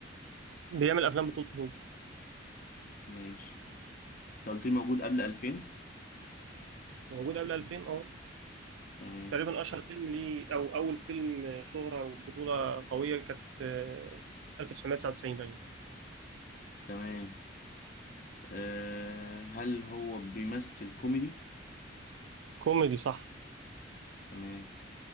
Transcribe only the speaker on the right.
بيعمل أفلام بطولته هو
موجود قبل 2000 آه
تقريبا اشهر فيلم ليه او اول فيلم شهرة وبطولة قوية كانت آه، 1999 تقريبا
كوميدي صح